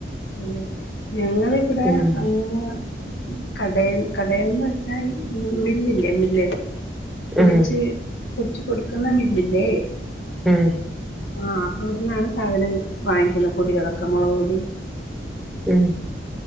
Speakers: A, on the left; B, in the centre.
A: അതെ. ഞങ്ങളിവിടെ
B: ഉം
A: അങ്ങനെ കടേന്ന് കടേന്ന് വെച്ചാൽ മില്ലില്ലേ മില്ല്. പൊടിച്ച്
B: ഉം
A: പൊടിച്ചു കൊടുക്കുന്ന മില്ലില്ലേ.
B: ഉം
A: ആഹ് അവിട്ന്നാണ് സാധനം വാങ്ങിക്കുന്ന പൊടികളൊക്കെ മുളക് പൊടി
B: ഉം